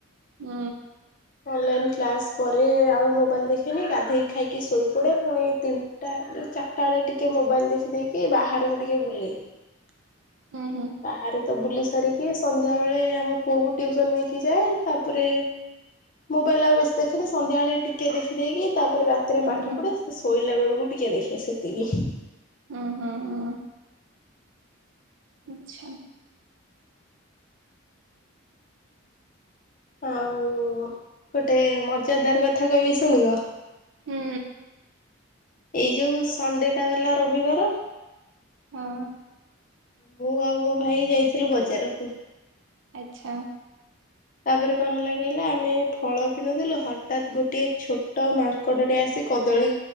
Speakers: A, on the right (about 60°); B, on the left (about 40°).
A: ହୁଁ।
B: ଅନଲାଇନ କ୍ଲାସ ପରେ ଆଉ ମୋବାଇଲ ଦେଖେନି, ଗାଧେଇ ଖାଇକି ଶୋଇ ପଡେ ପୁଣି ତିନିଟା ଉ ଚାରିଟା ବେଳେ ଟିକେ ମୋବାଇଲ ଦେଖିଦେଇକି ବାହାରକୁ ଟିକେ ବୁଲେ।
A: <unintelligible> ହୁଁ ହୁଁ ହୁଁ।
B: ହଁ ବାହାରେ ତ ବୁଲି ଧରିକି ସନ୍ଧ୍ୟା ବେଳେ ଆମ ପୁଅକୁ ଟିଉସନ ନେଇକି ଯାଏ। ତାପରେ ମୋବାଇଲ ଆଉ ବେଶୀ ଦେଖେନି, ସନ୍ଧ୍ୟାବେଳେ ଟିକେ ଦେଖି ଦେଇକି ତାପରେ ରାତିରେ
A: ହୁଁ
B: ପାଠ ପଢେ ଶୋଇ ଶୋଇଲା ବେଳକୁ ଟିକେ ଦେଖେ ସେତିକି।
A: ହୁଁ- ହୁଁ- ହୁଁ। ଆଚ୍ଛା।
B: ଆଉ ଗୋଟେ ମଜାଦାର କଥା କହିବି ଶୁଣିବ?
A: ହୁଁ।
B: ଏଇ ଯୋଉ ସଣ୍ଡେ ଟା ଗଲା ରବିବାର
A: ହଁ।
B: ମୁଁ ଆଉ ମୋ ଭାଇ ଯାଇଥିଲୁ ବଜାରକୁ।
A: ଆଚ୍ଛା।
B: ତାପରେ କଣ ହେଲା କହିଲା ଆମେ ଫଳ କିଣୁଥିଲୁ ହଠାତ୍ ଗୋଟିଏ ଛୋଟ ମାଙ୍କଡ ଟେ ଆସି ସେ କଦଳୀ